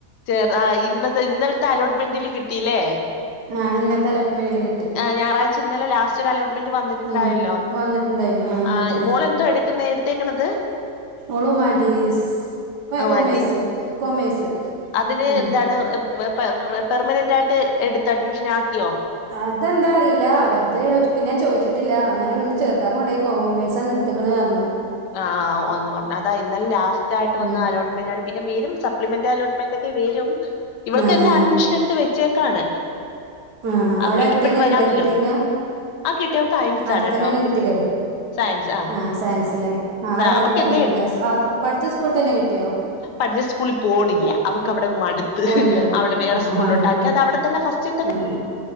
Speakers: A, on the left (about 80°); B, on the right (about 80°).
A: ചേറ ആഹ് ഇന്നത്തെ ഇന്നലത്തെ അലോട്ട്മെന്റില് കിട്ടില്ലേ
B: ആഹ് ഇന്നത്തെ അലോട്ട്മെന്റില് കിട്ടി
A: ആഹ് ഞായറാഴ്ച ഇന്നലെ ലാസ്റ്റ് ഒരു അലോട്ട്മെന്റ് വന്നിട്ട്ണ്ടായല്ലോ
B: ഉം വന്നിട്ടുണ്ടായിനു വന്നിട്ടുണ്ടായിനു
A: ആഹ് മോൾ എന്തോ എടുക്കുന്നേ എടുത്തേക്കണത്
B: ഒളുമാൻറ്റീസ് ഹ്
A: ആ
B: കൊമേഴ്സ്
A: മതി
B: കൊമേഴ്സ്
A: അതിന്
B: ഉം
A: എന്താണ് പെ പെ പെർമനന്റ് ആയിട്ട് എടുത്ത് അഡ്മിഷൻ ആക്കിയോ
B: അതെന്താ അറിയില്ല അവരത് പിന്നെഞാൻ ചോദിച്ചിട്ടില്ല അങ്ങനെ ഇങ്ങന്ന് ചേർക്കാൻ കൊണ്ടായി കോമേഴ്സാടുത്ത് ത്ക്ക്ണ്അർന്നു
A: ആഹ് ഒന്ന് പറഞ്ഞു അതാ ഇന്നലെ ലാസ്റ്റ് ആയിട്ട്
B: ഉം
A: വന്ന അലോട്ട ന് പിന്നെ വരും സപ്ലിമെന്റ് അലോട്ട്മെന്റ് ഒക്കെ വരും ഇവക്ക്
B: ആഹ്
A: തെനേ
B: ആഹ്
A: അഡ്മഷൻ എടുത്ത് വെച്ചേക്കാണ്
B: ആഹ് അവടെ
A: അപ്പൊ
B: അടുത്ത
A: ഇപ്പഴും
B: തന്നെയ ഒക്കല്ലേ
A: വരാല്ലോ
B: കിട്ടീക്കാ
A: ആ കിട്ടിയവൾക്ക് സയൻസ്
B: അടുത്തന്നെ
A: ആണ് കേട്ടോ
B: ഒക്കെ
A: അവക്ക്
B: കിട്ടിക്കല്ലേ
A: സയൻസ് ആ
B: ആഹ് സയൻസിലെ ആഹ് അവിടെ അടുത്ത്
A: അവക്ക്
B: തന്നെ
A: എന്നെ
B: ഒക്കല്ലേ പഠിച്ച സ്കൂൾ തന്നെ കിട്ടിയോ
A: പഠിച്ച സ്കൂളിൽ പോണില്ല അവൾക്ക് അവിടെ മടുത്ത്
B: പോണില്ല
A: അവിടെ വേറെ
B: ആ
A: സ്കൂളിലോട്ട്
B: അടുത്ത്
A: ആക്കി അത് അവിടെ തന്നെ ഫസ്റ്റ് തന്നെ
B: ഉം